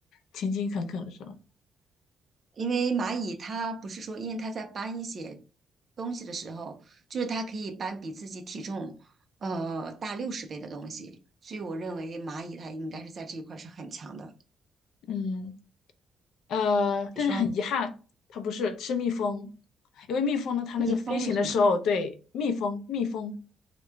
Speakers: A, on the left (about 75°); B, on the right (about 30°).
A: 勤勤恳恳的是吗？
B: 因为蚂蚁它不是说，因为它在搬一些东西的时候，就是它可以搬比自己体重呃大六十倍的东西，所以我认为蚂蚁它应该是在这一块是很强的。
A: 嗯，呃，
B: 你说
A: 但是很遗憾，它不是是蜜蜂，因为蜜蜂呢，它那个飞行的时候，
B: 蜜蜂为什么？
A: 对，蜜蜂，蜜蜂